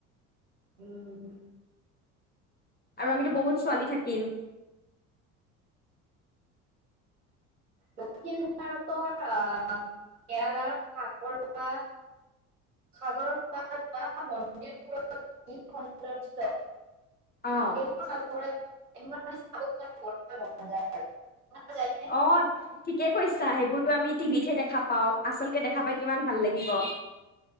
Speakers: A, on the right; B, on the left.
A: উম।
B: আৰু আমিটোটো বহুত ছোৱালী থাকিম।
A: দক্ষিণ ভাৰতৰ আহ কেৰালাৰ সাগৰ বা। সাগৰৰ প বা মন্দিৰবোৰত স।
B: অ
A: এইবোৰ চৰে আৰু মন যায় নে?
B: অ ঠিকে কৈছা সেইবোৰতো আমি টিভিতহে দেখা পাও আচলতেে দেখা পাই কিমান ভাল লাগিব।